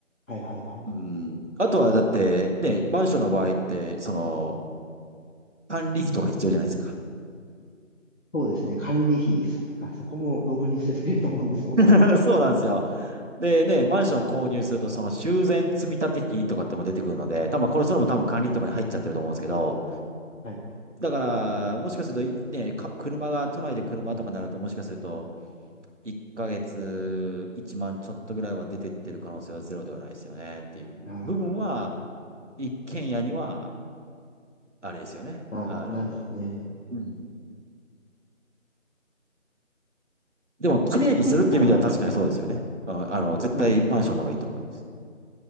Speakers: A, on the left; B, on the right.
A: はいはいはい。
B: うん。あとはだって、ね、マンションの場合って、その、管理費とか必要じゃないですか。
A: そうですね。管理費、そっか、そこもドブに捨ててると思うんですもんね。
B: <laughs> そうなんですよ。でね、マンション購入すると、その修繕積立費とかっても出てくるので、多分これ、それも多分管理費とかに入っちゃってると思うんですけど、
A: はい
B: だから、もしかすると、ね、か車が、都内で車とかなると、もしかすると、1ヶ月1万ちまんちょっとぐらいは出てってる可能性はゼロではないですよねっていう部分は、
A: ああ、なるほ
B: 一軒家には、あれですよね。
A: ど。な、
B: あの、
A: ないですね。
B: うん。でも、綺麗にするっていう意味では確かにそうですよね。
A: 資産的には、
B: ああの、絶対マンションの方がいいと思います。
A: そうなん。